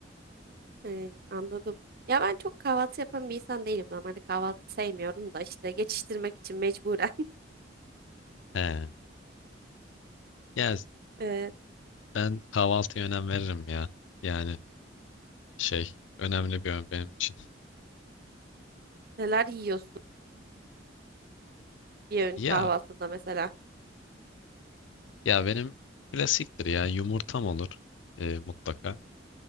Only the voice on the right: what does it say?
He, anladım. Ya ben çok kahvaltı yapan bir insan değilim. Normalde kahvaltı sevmiyorum da işte geçiştirmek için mecburen. <laughs>
Evet,
neler yiyorsun bir öğün
kahvaltında mesela?